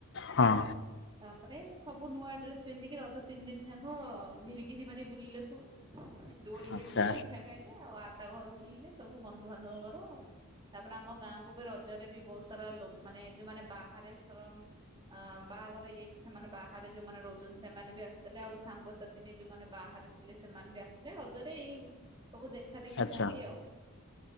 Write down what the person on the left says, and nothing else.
ହଁ।
ଆଚ୍ଛା
ଆଚ୍ଛା।